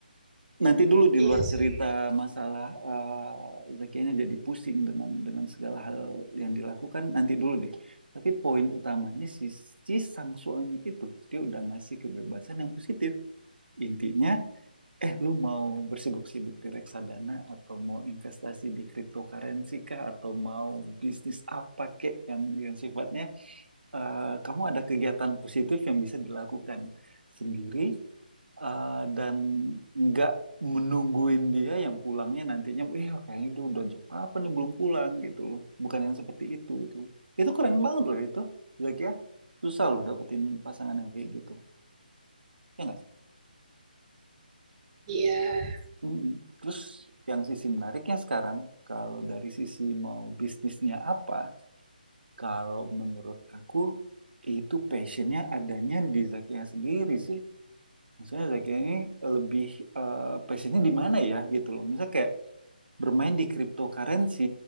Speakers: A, on the right (about 85°); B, on the right (about 25°).
A: nanti dulu di
B: Iya
A: luar cerita
B: sih.
A: masalah eh, Zakianya jadi pusing dengan dengan segala hal yang dilakukan nanti dulu deh. Tapi poin utamanya si, si sang suami itu dia udah ngasih kebebasan yang positif. Intinya, eh lu mau bersibuk-sibuk di reksadana atau mau investasi di cryptocurrency kah atau mau bisnis apa kek yang yang sifatnya eh, kamu ada kegiatan positif yang bisa dilakukan sendiri eh, dan nggak menungguin dia yang pulangnya nantinya eh kayaknya udah udah jam berapa nih belum pulang gitu loh bukan yang seperti itu gitu itu keren banget loh itu Zack ya susah loh dapetin pasangan yang kayak gitu ya nggak
B: Iya.
A: Mm-mm. terus yang sisi menariknya sekarang kalau dari sisi mau bisnisnya apa kalau menurut aku itu passionnya adanya di Zakinya sendiri sih misalnya Zakinya ini lebih eh, passionnya di mana ya gitu loh misalnya kayak bermain di cryptocurrency,